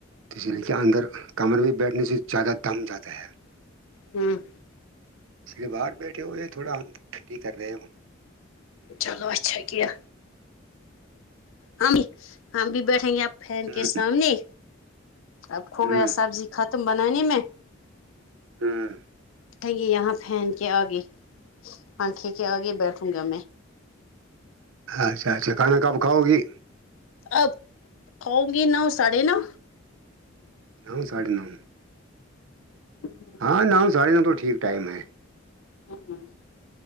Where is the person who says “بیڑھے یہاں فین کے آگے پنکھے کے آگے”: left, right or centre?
Left